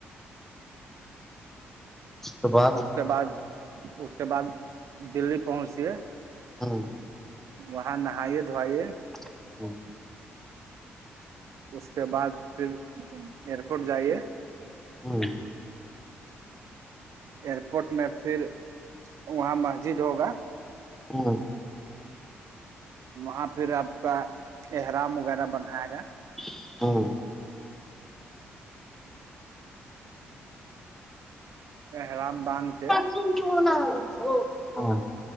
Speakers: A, in the centre; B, on the right.
A: اس کے بعد
B: اس کے بعد اس کے بعد دلی پہنچیے
A: <inaudible>
B: وہاں نہائیے دھوے
A: <inaudible>
B: اس کے بعد پھر ایئرپورٹ جائیے
A: <inaudible>
B: ایئرپورٹ میں پھر وہاں مسجد ہوگا
A: <inaudible>
B: وہاں پھر آپ کا احرام وغیرہ بنائے گا
A: <inaudible>
B: ارام باندھ کے
A: ام کینا او